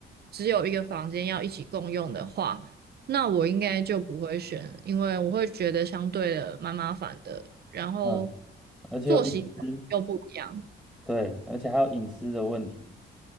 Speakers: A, on the right (about 55°); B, in the centre.
A: 只有一个房间要一起共用的话，那我应该就不会选，因为我会觉得相对的蛮麻烦的，然后
B: 嗯，而且有隐私，
A: 作息又不一样。
B: 对，而且还有隐私的问题。